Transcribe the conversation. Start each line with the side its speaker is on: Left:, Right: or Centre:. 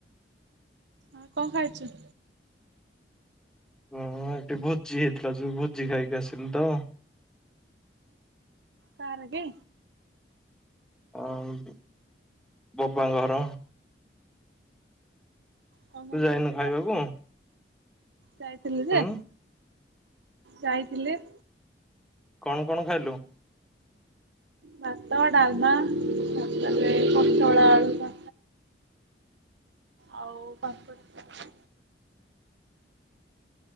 Right: ଆଉ କଣ ଖାଇଛୁ।
Centre: ହଁ ଏଠି ଭୋଜି ହେଇଥିଲା ଯୋଉ ଭୋଜି ଖାଇକି ଆସିଲି ତ।
Right: କା ର କି।
Centre: ଅଁ ବବା ଘର।
Right: କଣ
Centre: ତୁ ଯାଉନୁ
Right: କରିଥିଲେ?
Centre: ଖାଇବାକୁ।
Right: ଯାଇଥିଲି ଯେ
Centre: ହୁଁ
Right: ଯାଇଥିଲି।
Centre: କଣ କଣ ଖାଇଲୁ।
Right: ଭାତ ଡାଲମା ଖଟା ପୋଟଳ ଆଳୁ ତ ଆଉ ପାମ୍ପଡ।